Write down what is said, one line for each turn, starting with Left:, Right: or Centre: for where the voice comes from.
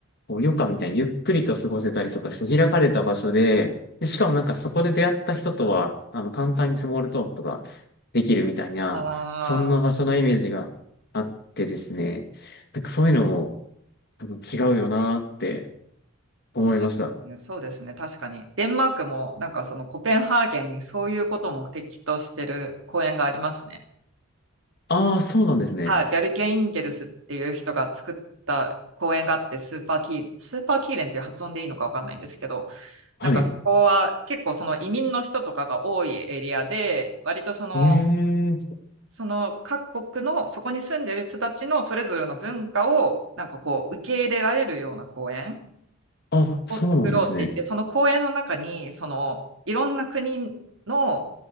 Left: こう、余暇みたいにゆっくりと過ごせたりとかして開かれた場所で、で、しかもなんかそこで出会った人とは、あの、簡単にスモールトークとかできるみたいな、
Right: ああ、
Left: そんな場所のイメージがあってですね、なんかそういうのも、あの違うよなーって思いました。
Right: そうですね。そうですね。確かに。デンマークも、なんかそのコペンハーゲンにそういうことを目的としてる公園がありますね。
Left: ああ、そうなんですね。
Right: はい、ビャルケ・インゲルスっていう人が作った公園があって、スーパーキー、スーパーキーレンっていう発音でいいのかわかんないんですけど、
Left: はい。
Right: なんかそこは結構その移民の人とかが多いエリアで、割とその、
Left: ええ
Right: その各国の、そこに住んでる人たちのそれぞれの文化を、なんかこう、受け入れられるような公園
Left: あ、
Right: を作ろうって言って、
Left: そうなんですね。
Right: その公園の中に、その、いろんな国の、